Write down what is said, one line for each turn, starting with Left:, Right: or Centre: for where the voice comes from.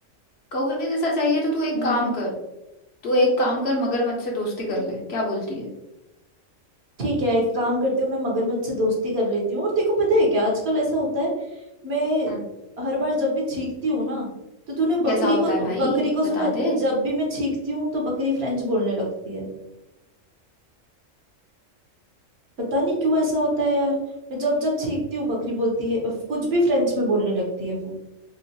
Left: कौवे जैसा चाहिए तो तू एक
Right: हम्म।
Left: काम कर तू एक काम कर मगरमच्छ से दोस्ती कर ले क्या बोलती है
Right: ठीक है एक काम करती हूँ मैं मगरमच्छ से दोस्ती कर लेती हूँ और तेको पता है क्या आजकल ऐसा होता है मैं
Left: हम्म
Right: हर बार जब भी छींकती हूँ ना तो तूने बकरी
Left: कैसा होता
Right: को
Left: है भाई
Right: बकरी को सुना
Left: बता
Right: है?
Left: दे
Right: जब भी मैं छींकती हूँ तो बकरी फ्रेंच बोलने लगती है पता नहीं क्यों ऐसा होता है यार मैं जब जब छींकती हूँ बकरी बोलती है कुछ भी फ्रेंच में बोलने लगती है वो